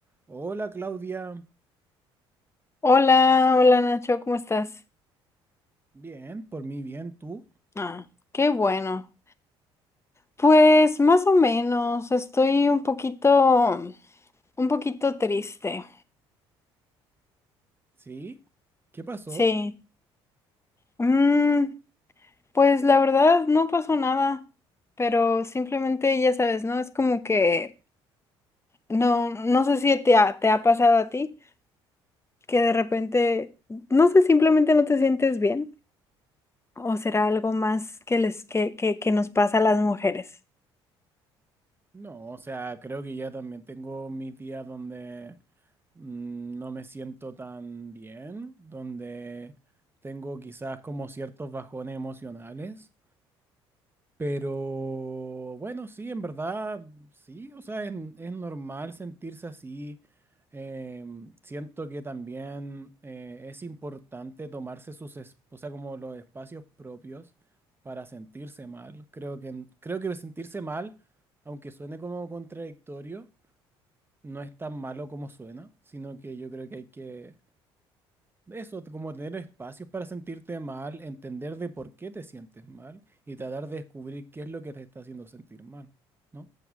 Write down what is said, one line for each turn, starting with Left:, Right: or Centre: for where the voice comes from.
Right: Hola Claudia,
Left: Hola, hola Nacho, ¿cómo estás?
Right: bien, por mí bien, ¿tú?
Left: Ah, qué bueno. Pues más o menos, estoy un poquito, un poquito triste.
Right: ¿Sí? ¿Qué pasó?
Left: Sí. Mm, pues la verdad no pasó nada, pero simplemente ya sabes, ¿no? Es como que no, no sé si te ha, te ha pasado a ti, que de repente, no sé, simplemente no te sientes bien, o será algo más que les, que, que, que nos pasa a las mujeres.
Right: No, o sea, creo que ya también tengo mis días donde mm, no me siento tan bien, donde tengo quizás como ciertos bajones emocionales. Pero bueno, sí, en verdad, sí, o sea, es, es normal sentirse así. Em, siento que también eh, es importante tomarse sus, es- o sea, como los espacios propios para sentirse mal. Creo que, creo que sentirse mal, aunque suene como contradictorio, no es tan malo como suena, sino que yo creo que hay que eso, como tener espacios para sentirte mal, entender de por qué te sientes mal y tratar de descubrir qué es lo que te está haciendo sentir mal, ¿no?